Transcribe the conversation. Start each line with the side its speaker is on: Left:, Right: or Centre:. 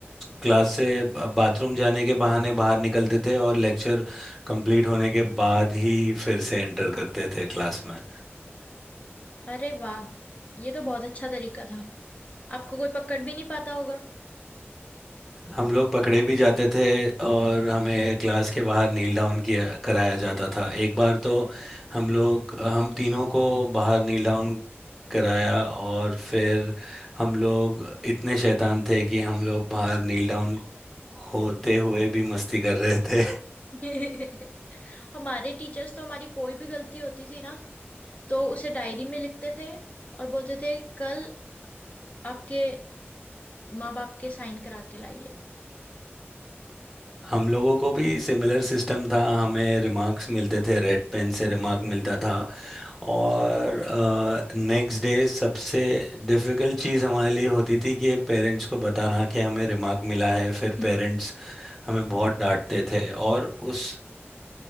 Centre: क्लास से बाथरूम जाने के बहाने बाहर निकलते थे और लेक्चर कंप्लीट होने के बाद ही फिर से एंटर करते थे क्लास में
Left: अरे वाह ये तो बहुत अच्छा तरीका था आपको कोई पकड़ भी नहीं पाता होगा
Centre: हम लोग पकड़े भी जाते थे और हमें क्लास के बाहर नील डाउन किया कराया जाता था एक बार तो हम लोग हम तीनों को बाहर नील डाउन कराया और फिर हम लोग इतने शैतान थे कि हम लोग बाहर नील डाउन होते हुए भी मस्ती कर रहे थे
Left: <laughs> हमारे टीचर्स तो हमारी कोई भी गलती होती थी ना तो उसे डायरी में लिखते थे और बोलते थे कल आपके माँ बाप के साइन करा के लाइए
Centre: हम लोगों को भी सिमिलर सिस्टम था हमें रिमार्क्स मिलते थे रेड पेन से रिमार्क मिलता था और नेक्स्ट डे सबसे डिफिकल्ट चीज़ हमारे लिए होती थी कि पेरेंट्स को बताना कि हमें रिमार्क मिला है फिर
Left: <laughs>
Centre: पेरेंट्स हमें बहुत डांटते थे और उस